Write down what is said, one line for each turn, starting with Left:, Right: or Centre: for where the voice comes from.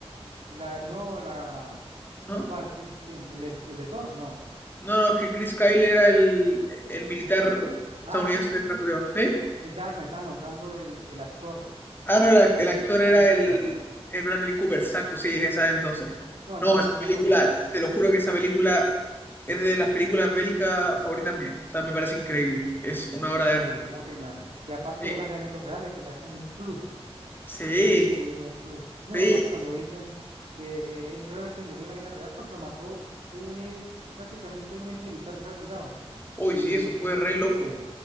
Right: La, no, la.
Left: ¿No?
Right: ¿Cuál, Chris? ¿Quién? ¿El, el, el de Thor? No.
Left: No, no, es que Chris Kyle era el, el militar estadounidense
Right: Ah, sí, sí,
Left: de
Right: sí.
Left: francotirador. ¿Sí?
Right: Pensaba que me estaba nombrando el, el actor,
Left: Ah, no, el, act-
Right: Randy,
Left: el actor era
Right: Randy Cooper.
Left: el, el Bradley Cooper, exacto, sí, esa entonces.
Right: No, esa
Left: No,
Right: película
Left: esa película,
Right: es una joya.
Left: te lo juro que esa película es de las películas bélicas favoritas mías. O sea, me parece increíble. Es
Right: Es
Left: una
Right: muy
Left: obra de arte.
Right: buena. Y aparte
Left: Sí,
Right: es basada en hechos reales que le da como un plus.
Left: sí,
Right: Un increíble plus. No,
Left: sí.
Right: y aparte cuando dicen que eh, él realmente murió en la vida real porque lo mató un ex, prácticamente un ex militar retirado.
Left: Hoy
Right: Y
Left: sí, eso fue
Right: es
Left: re
Right: triste,
Left: loco.